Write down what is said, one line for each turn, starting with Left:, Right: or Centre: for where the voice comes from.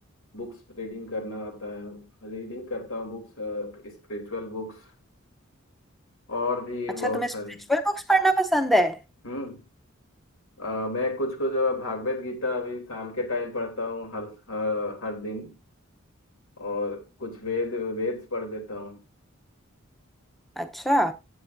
Left: बुक्स रीडिंग करना आता है रीडिंग करता हूँ बुक्स स्पिरिचुअल बुक्स और भी
Centre: अच्छा
Left: बहुत
Centre: तुम्हें
Left: सारी
Centre: स्पिरिचुअल बुक्स पढ़ना पसंद है
Left: हम्म अ, मैं कुछ कुछ भागवत गीता अभी शाम के टाइम पढ़ता हूँ हर हर हर दिन और कुछ वेद वेद्स पढ़ लेता हूँ
Centre: अच्छा